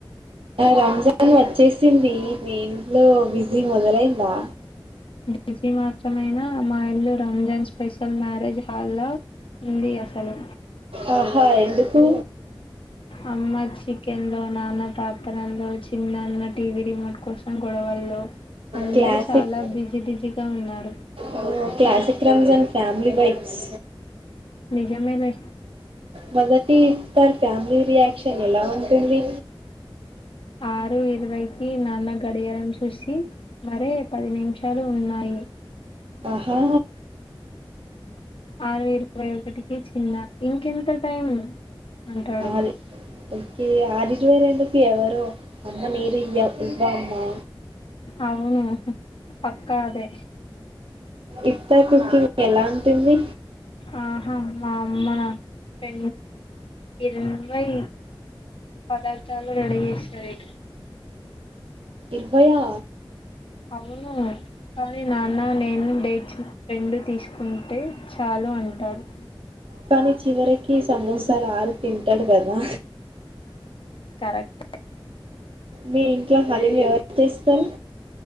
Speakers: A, on the right; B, on the left.
A: రంజాన్ వచ్చేసింది నే ఇంట్లో బిజీ మొదలైందా
B: బసి మాత్రమైనా అమ్మా ఇల్లు రంజాన్ స్పెషల్ మ్యారేజ్ హాల్లా ఉంది అసలు
A: ఆ హా ఎందుకు
B: అమ్మ చికెన్ లో నాన్న ప్రార్థనలో చిన్నన్న టీవీ రిమోట్ కోసం గొడవల్లో అందరు
A: క్లాసిక్
B: చాలా బిజీ బిజీగా ఉన్నారు
A: ఆ, క్లాసిక్ రంజాన్ ఫ్యామిలీ వైబ్స్
B: నిజమేలే
A: మొదటి ఇ ప ఫ్యామలీ రియాక్షన్ ఎలా ఉంటుంది
B: ఆరు ఇరవైకి నాన్న గడియారం చూసి మరే పది నిమిషాలు ఉన్నాయి
A: ఆహా
B: ఆరు ఇరవై ఇక్కటికే చిన్న ఇంకెంత టైం అంటాడు
A: ఆరి ఓకే ఆరిజువే రెండుకి ఎవరో అమ్మ నీరు య్య ఉల్వా అమ్మమా
B: అవును పక్కదే
A: ఇఫ్తార్ కుకింగ్ ఎలా ఉంటుంది
B: ఆహా అమ్మ నా పె ఇరవై పదార్థాలు రెడీ చేసినది
A: ఇర్బయా
B: అవును కానీ నాన్న నేను డేచ్ రెండు తీసుకుంటే చాలు అంటారు
A: కానీ చివరికి సమోసాలు ఆరు తింటాడు కదా
B: కరెక్ట్
A: మీ ఇంట్లో పనులు ఎవరు తెస్తారు